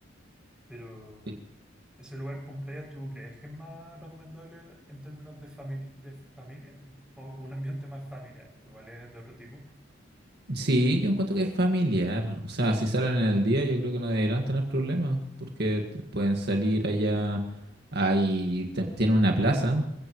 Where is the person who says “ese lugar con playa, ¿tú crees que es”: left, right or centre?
Centre